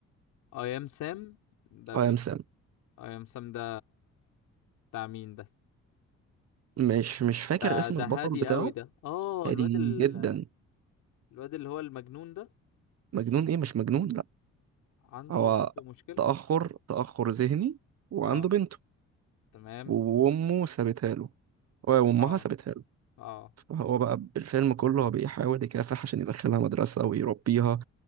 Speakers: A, on the left (about 85°); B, on the right (about 55°).
A: اي ام سام ده بي
B: اي ام سام
A: اي ام سام ده بتاع مين ده
B: مش مش فاكر
A: ده
B: اسم
A: ده
B: البطل
A: هادي
B: بتاعه
A: قوي ده اه
B: هادي
A: الواد ال...
B: جدا
A: الواد اللي هو المجنون ده
B: مجنون ايه مش مجنون لا
A: عنده
B: هو
A: عنده مشكلة
B: تأخر تأخر ذهني وعنده
A: اه
B: بنته
A: تمام
B: وامه سابتها له وامها
A: اه
B: سابتها له
A: اه
B: فهو بقى الفيلم كله هو بيحاول يكافح عشان يدخلها مدرسة ويربيها